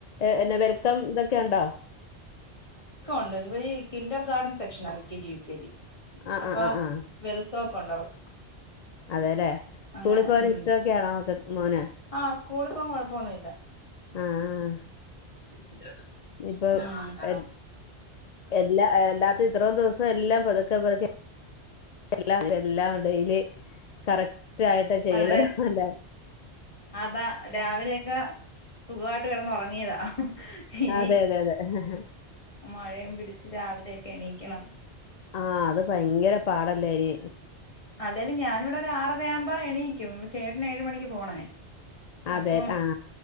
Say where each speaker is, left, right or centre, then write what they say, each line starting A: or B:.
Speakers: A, on the left; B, on the left.
A: ഏ എന്നെ വെൽക്കം ഇതൊക്കെ ഉണ്ടോ
B: ണ്ട് ഇവ കിന്ഡർ ഗാർഡൻ സെക്ഷനാ L K G U K G
A: ആ
B: അപ്പൊ
A: ആ ആ ആ
B: വെൽ ക്കൊക്കണ്ടോ അവർക്ക്
A: അതെല്ലേ സ്കൂളിൽ
B: അങ്ങനെ
A: പോകാൻ
B: ഉം
A: ഇഷ്ടമൊക്കെയാണോക്ക മോന്
B: ആഹ് സ്കൂളിൽ പോകാൻ കുഴപ്പമൊന്നുല്ല
A: ആഹ് ആഹ്
B: <inaudible>
A: ഇപ്പൊ
B: ഉം
A: എ എല്ലാ എല്ലാ ഇത്രയും ദിവസം എല്ലാം പതുക്കെ പതുക്കെ എല്ലാം എല്ലാം ഡെയിലി കറക്റ്റ് ആയിട്ട് ചെയ്യണത്
B: അതെ
A: അല്ല
B: അതാ രാവിലെയൊക്കെ സുഖവായിട്ട് വെറുതെ കിടന്ന് ഉറങ്ങിയതാ ഇനി
A: അതെ അതെ അതെ ഹി ഹി
B: മഴയും പിടിച്ച് രാവിലെ എണീക്കണം
A: ആ അത് ഭയങ്കര പാടല്ലേനി
B: അതേല്ല ഞാനിവിടെ ഒരു ആറര ആവുമ്പ എണീക്കും ചേട്ടന് ഏഴ് മണിക്ക് പോണേ
A: അതെ
B: അപ്പം
A: ആ